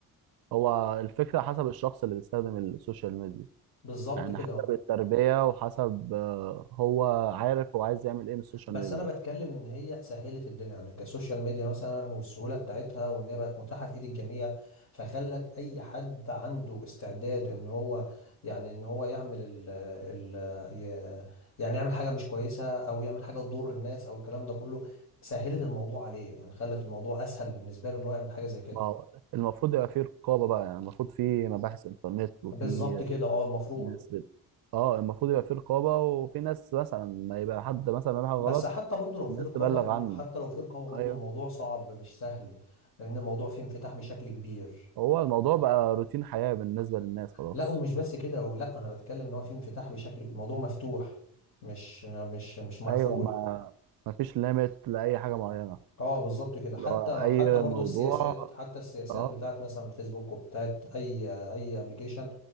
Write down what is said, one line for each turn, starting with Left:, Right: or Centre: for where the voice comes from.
Right: هو الفكرة حسب الشخص اللي بيستخدم السوشيال ميديا
Left: بالظبط
Right: يعني
Left: كده
Right: حسب
Left: اه
Right: التربية وحسب آه، هو عارف هو عايز يعمل ايه من السوشيال
Left: بس
Right: ميديا
Left: انا بتكلم ان هي سهلت الدنيا يعني كسوشيال ميديا مثلا والسهوله بتاعتها وان هي بقت متاحه في ايد الجميع فخلت اي حد عنده استعداد ان هو يعني ان هو يعمل ال ال ي- يعني يعمل حاجه مش كويسه او يعمل حاجه تضر الناس او الكلام ده كله سهلت الموضوع عليه يعني خلت الموضوع اسهل بالنسبه له ان هو يعمل حاجه زي كده
Right: ما هو المفروض يبقى في رقابة بقى يعني المفروض في مباحث انترنت وفي
Left: بالظبط كده اه المفروض
Right: ناس بت... اه المفروض يبقى في رقابة وفي ناس مثلا ما يبقى حد مثلا بيعمل حاجة غلط
Left: بس حتى برضو لو في
Right: الناس
Left: رقابه
Right: تبلغ
Left: الم-
Right: عنه
Left: حتى لو في رقابه برضو
Right: ايوه
Left: الموضوع صعب مش سهل لان الموضوع فيه انفتاح بشكل كبير
Right: هو الموضوع بقى روتين حياة بالنسبة للناس خلاص
Left: لا ومش بس كده ولا انا بتكلم ان هو في انفتاح بشكل الموضوع مفتوح مش مش مش مقفول
Right: ايوه ما ما فيش ليميت لأي حاجة معينة
Left: اه بالظبط كده حتى
Right: اللي هو اي
Left: حتى برضو
Right: موضوع
Left: السياسات حتى السياسات
Right: اه
Left: بتاعت مثلا فيسبوك وبتاعت اي اي ابلكيشن